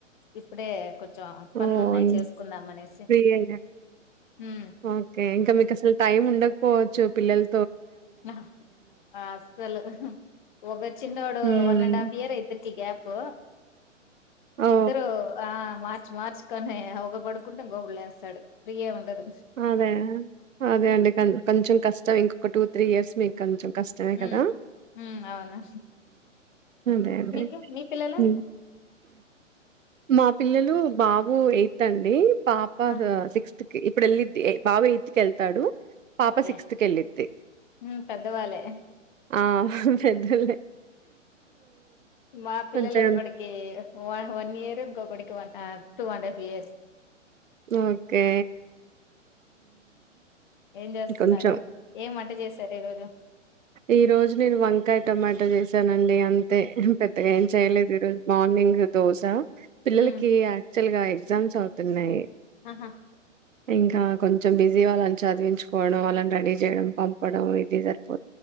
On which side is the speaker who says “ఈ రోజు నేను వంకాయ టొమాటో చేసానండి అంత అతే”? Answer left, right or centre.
Right